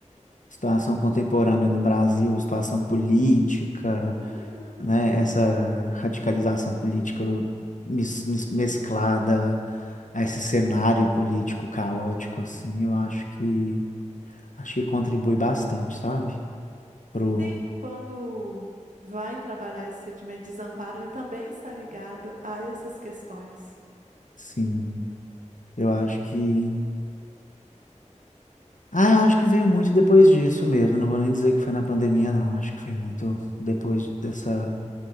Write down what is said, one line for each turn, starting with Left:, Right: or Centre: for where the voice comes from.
Left: situação contemporânea no Brasil, a situação política,
Right: Uhum.
Left: né, essa radicalização política mes- mes- mesclada a esse cenário político caótico, assim, eu acho que acho que contribui bastante, sabe? Pro,
Right: E quando vai trabalhar esse sentimento de desamparo, ele também está ligado a essas questões.
Left: sim, eu acho que, ah, eu acho que veio muito depois disso mesmo. Não vou nem dizer que foi na pandemia, não. Acho que foi muito depois dessa